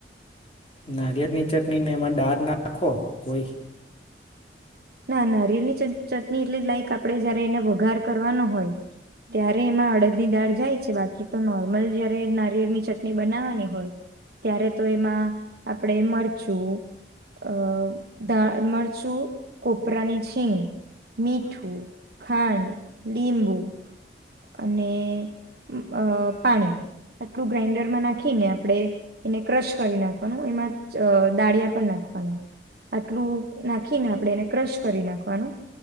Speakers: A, on the left (about 30°); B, on the right (about 55°).
A: નારિયેળની ચટણીને એમાં દાળ નાખો કોઈ
B: ના નારિયેલની ચટ ચટની એટલે લાઈક આપણે જયારે એને વઘાર કરવાનો હોય ત્યારે એમાં અડદની દાળ જાય છે બાકી તો નોર્મલ જયારે નારિયળની ચટણી બનાવાની હોય ત્યારે તો એમાં આપણે મરચું અ ધાણા, મરચું કોપરાની છીણ, મીઠું, ખાંડ, લીંબુ અને અ પાણી આટલું ગ્રાઇન્ડરમાં નાખીને આપણે એને ક્રશ કરી નાખવાનું એમાં દાળિયા પણ નાખવાના આટલું નાખીને આપણે એને ક્રશ કરી નાખવાનું